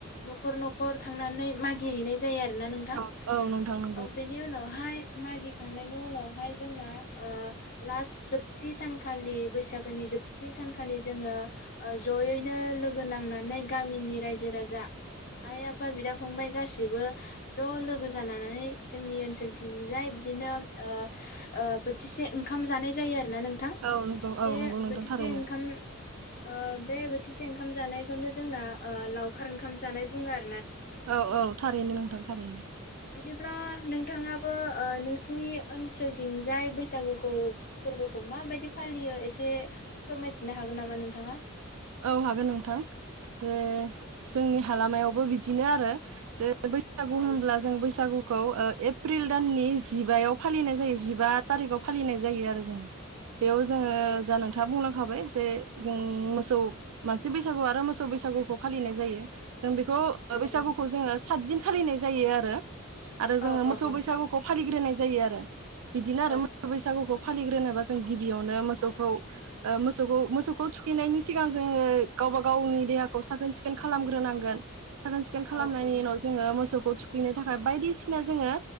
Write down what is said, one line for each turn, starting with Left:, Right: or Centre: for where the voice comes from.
Left: न'खर न'खर थांनानै मागिहैनाय जायो आरोना नोंथां
Right: औ औ नोंथां नंगौ
Left: ओ बेनि उनावहाय मागिखांनायनि उनावहाय जोंना ओ लास्ट जोबथि सानखालि बैसागोनि जोबथि सानखालि जोङो जयैनो लोगो नांनानै गामिनि रायजो राजा आइ आफा बिदा फंबाय गासैबो ज' लोगो जानानै जोंनि ओनसोलथिंजाय बिदिनो ओ ओ बोथिसे ओंखाम जानाय जायो ना नोंथां
Right: औ नंगौ औ
Left: बे
Right: नंगौ नोंथां
Left: बोथिसे
Right: थारैनो
Left: ओंखाम ओ बे बोथिसे ओंखाम जानायखौनो जोंना लावखार ओंखाम जानाय बुङो आरो
Right: औ औ थारैनो नोंथां थारैनो
Left: बिदि अब्ला नोंथाङाबो ओ नोंसिनि ओनसोलथिंजाय बैसागुखौ फोरबोखौ माबायदि फालियो एसे फोरमायथिनो हागोन नामा नोंथाङा
Right: औ हागोन नोंथां ज जोंनि
Left: अ
Right: हालामायावबो
Left: दे
Right: बिदिनो आरो बैसागु
Left: औ
Right: होनब्ला
Left: नोंथां
Right: जों बैसागु खौ ओ एप्रिल दाननि जिबायाव फालिनाय जायो जिबा थारिखाव फालिनाय जायो आरो जोङो बेयाव जोङो
Left: औ औ
Right: जा नोंथाङा बुंलांखाबाय जे जों मोसौ मोनसि बैसागु आरो मोसौ बैसागुखौ फालिनाय जायो जों बेखौ ओ
Left: औ
Right: बैसागुखौ
Left: औ नोंथां
Right: जोङो साद दिन फालिनाय जायो आरो आरो जोङो
Left: औ औ
Right: मोसौ
Left: औ
Right: बैसागुखौ फालिग्रोनाय जायो आरो बिदिनो आरो
Left: औ
Right: मोसौ बैसागुखौ फालिग्रोनोबा जों गिबियावनो मोसौखौ ओ मोसौखौ मोसौखौ थुखैनायनि सिगां जोङो गावबा गावनि देहाखौ साखोन सिखोन खालामग्रोनांगोन। साखोन सिखोन खालामनायनि
Left: औ औ नोंथां
Right: उनाव जोङो मोसौखौ थु खैनो थाखाय बायदिसिना जोङो